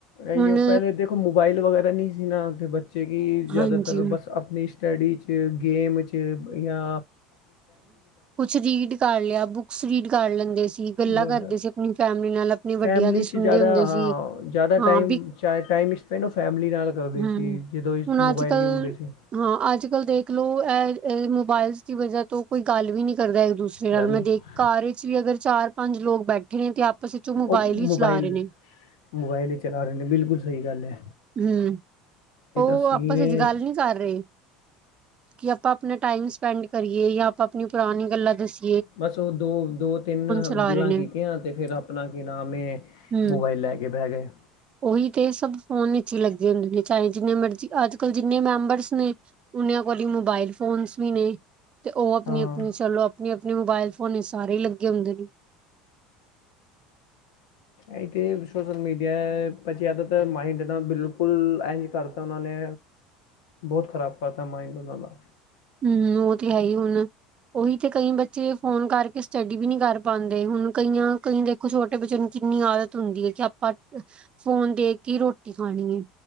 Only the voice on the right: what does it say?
ਹੁਣ
ਹਾਂਜੀ
ਕੁਛ ਰੀਡ ਕਰ ਲਿਆ ਬੁੱਕਸ ਰੀਡ ਕਰ ਲੈਂਦੇ ਸੀ। ਗੱਲਾਂ
ਕਰਦੇ ਸੀ ਆਪਣੀ ਫੈਮਿਲੀ ਨਾਲ ਆਪਣੇ
ਵੱਡਿਆਂ ਦੀ ਸੁਣਦੇ
ਹੁੰਦੇ
ਸੀ
ਹਾਂ
ਵੀ
ਹੂੰ,
ਹੁਣ
ਅੱਜ-ਕੱਲ
ਹਾਂ, ਅੱਜ ਕੱਲ੍ਹ ਦੇਖਲੋ ਐ ਅ ਮੋਬਾਇਲਸ ਦੀ ਵਜ੍ਹਾ ਤੋਂ ਕੋਈ ਗੱਲ ਵੀ ਨੀ ਕਰਦਾ ਇੱਕ ਦੂਸ ਨਾਲ
ਮੈਂ
ਦੇਖ ਘਾਰ 'ਚ ਵੀ ਅਗਰ ਚਾਰ-ਪੰਜ ਲੋਕ ਬੈਠੇ ਨੇ ਤੇ ਆਪਸ 'ਚ ਔ ਮੋਬਾਇਲ
ਹੀ
ਚਲਾ ਰੇਨੇ।
ਹਮ ਔ
ਆਪਸ 'ਚ ਗੱਲ ਨੀ ਕਰ ਰੇ। ਕਿ ਆਪਾਂ ਆਪਨਾ ਟਾਈਮ ਸਪੈਂਡ ਕਰੀਏ ਯਾਂ ਆਪਾਂ ਆਪਨੀ ਪੁਰਾਨੀ ਗੱਲਾਂ ਦਸੀ
ਚਲਾ
ਰਹੇ
ਨੇ,
ਹੂੰ।
ਉਹੀ ਤੇ ਸਭ ਫੋਨ ਵਿਚ ਹੀ ਲੱਗੇ ਹੁੰਦੇ ਨੇ ਚਾਹੇ ਜਿੰਨੇ ਮਰਜੀ ਅੱਜ ਕੱਲ ਜਿੰਨੇ ਮੈਂਬਰਸ ਨੇ ਉਨਯਾਂ ਕੋਲ ਈ ਮੋਬਾਇਲ ਫੋਨਸ ਵੀ ਨੇ। ਤੇ ਔ ਆਪਨੀ-ਆਪਨੀ
ਚਲੋ ਆਪਨੀ-ਆਪਨੀ ਮੋਬਾਇਲ ਫੋਨ ਸਾਰੇ ਈ ਲੱਗੇ ਹੁੰਦੇ ਨੇ।
ਹਮ ਔ ਤੇ ਹੈ ਹੀ ਹੁਨ। ਉਹੀ ਤੇ ਕਈ ਬੱਚ ਫੋਨ ਕਰਕੇ ਸਟੱਡੀ ਵੀ ਨਹੀਂ ਕਰ ਪਾਂਦੇ ਹੁਨ ਕਈਆਂ ਕਈ ਦੇਖੋ ਛੋਟੇ ਬੱਚਿਆਂ ਨੂੰ ਕਿੰਨੀ ਆਦਤ ਹੁੰਦੀ ਏ ਕਿ ਆਪ <unintelligible> ਫੋਨ ਦੇਖ ਕੇ ਰੋਟੀ ਖਾਣੀ ਏ।